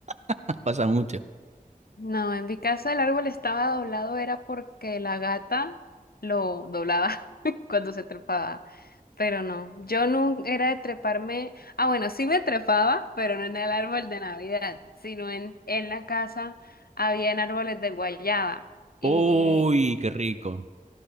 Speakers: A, on the right (about 50°); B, on the left (about 85°).
A: <laughs> Pasa mucho.
B: No, en mi casa el árbol estaba doblado, era porque la gata lo doblaba <laughs> cuando se trepaba. Pero no, yo no era de treparme. Ah, bueno, sí me trepaba, pero no en el árbol de Navidad, sino en, en la casa habían árboles de guayaba. Y
A: Uy, qué rico.